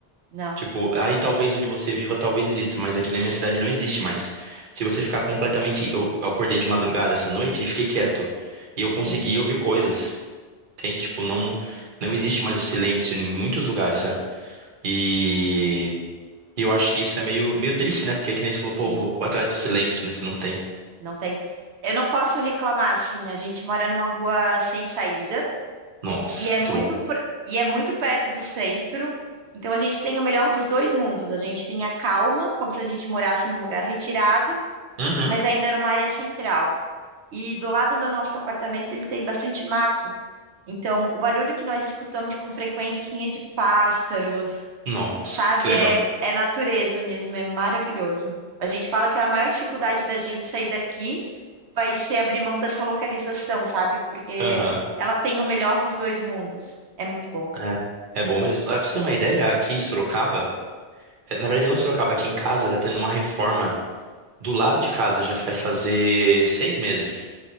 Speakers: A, on the right; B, on the right.
A: Não,
B: Tipo, aí talvez onde você viva, talvez exista, mas aqui na minha cidade não existe mais. Se você ficar completamente. Eu eu acordei de madrugada essa noite e fiquei quieto. E eu consegui
A: sim,
B: ouvir coisas. Entende? Tipo, não, não existe mais o silêncio em muitos lugares, sabe? E e eu acho que isso é meio, meio triste, né? Porque é que nem você falou, pô,
A: sim.
B: vou atrás do silêncio, né? Você não tem.
A: Não tem. Eu não posso reclamar, assim, a gente mora numa rua sem saída
B: Nossa,
A: e é
B: muito
A: muito
B: bom.
A: pr- e é muito perto do centro. Então a gente tem o melhor dos dois mundos. A gente tem a calma, como se a gente morasse num lugar retirado,
B: Uhum.
A: mas ainda numa área central. E do lado do nosso apartamento ele tem bastante mato. Então o barulho que nós escutamos com frequência assim é de pássaros,
B: Nossa,
A: sabe?
B: muito legal.
A: É, é natureza mesmo, é maravilhoso. A gente fala que a maior dificuldade da gente sair daqui vai ser abrir mão dessa localização, sabe? Porque
B: Aham,
A: ela tem o melhor dos dois mundos. É muito bom.
B: é. É bom mesmo. Ah, pra você ter uma ideia, aqui em Sorocaba, eh, na verdade não em Sorocaba, aqui em casa tá tendo uma reforma do lado de casa já vai fazer seis meses.